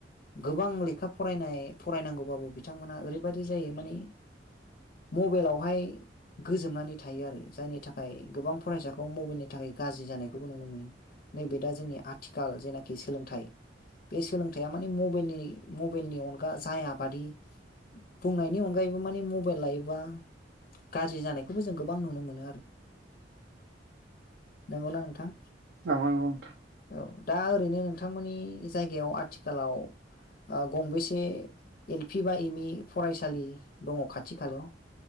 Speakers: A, on the left; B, on the right.
A: गोबां लेखा फरायनाय फरायनांगौबाबो बिथांमोना ओरैबायाददि जायो मानि मबाइलावहाय गोजोबनानै थायो आरो जायनि थाखाय गोबां फरायसाखौ मबाइलनि थाखाय गाज्रि जानायखौबो नुनो मोनो। नैबे दा जोंनि आथिखाल जेनाखि सोलोंथाइ बे सोलोंथाइया मानि मबेलनि मबाइलनि अनगा जाया बादि बुंनायनि अनगायैबो माने मबाइल लायोबा गाज्रि जानायखौबो जों गोबां नुनो मोनो आरो नंगौना नोंथां?
B: नंगौ नंगौ नोंथां
A: औ दा ओरैनो नोंथांमोननि जायगायाव आथिखालाव गंबेसे एल पि बा एम‌ ई फरायसालि दङ खाथि-खालायाव?